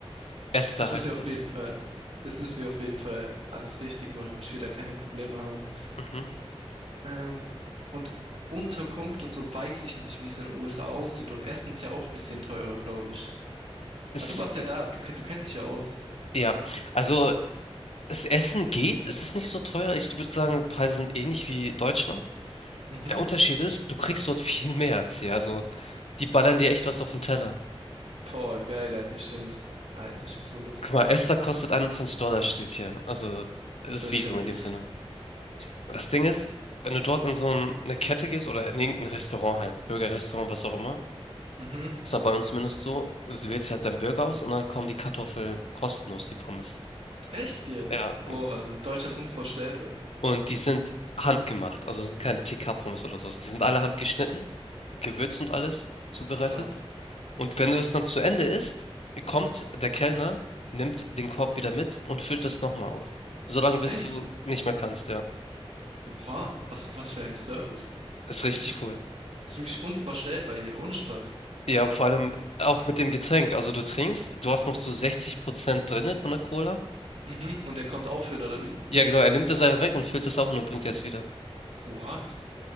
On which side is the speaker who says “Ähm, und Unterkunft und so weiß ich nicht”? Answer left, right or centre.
Right